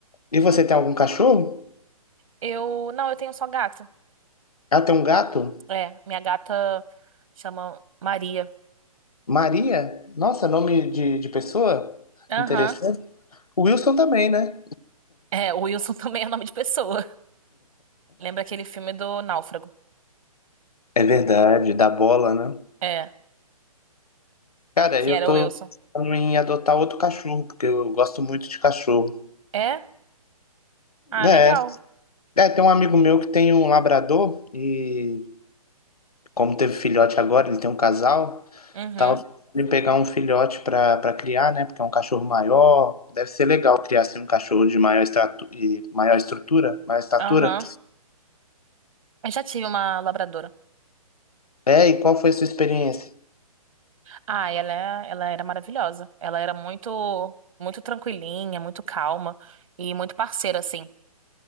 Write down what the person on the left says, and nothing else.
E você tem algum cachorro?
Ah, tem um gato?
Maria? Nossa, nome de, de pessoa?
Interessante. O Wilson também, né?
É verdade, da bola, né?
Cara,
eu
tô
pensando em adotar outro cachorro, porque eu gosto muito de cachorro.
É,
é, tem um amigo meu que tem um labrador e como teve filhote agora, ele tem um casal,
tava pensando em pegar um filhote pra para criar, né? Porque é um cachorro maior, deve ser legal criar assim um cachorro de maior estratu e maior estrutura, maior estatura.
É, e qual foi a sua experiência?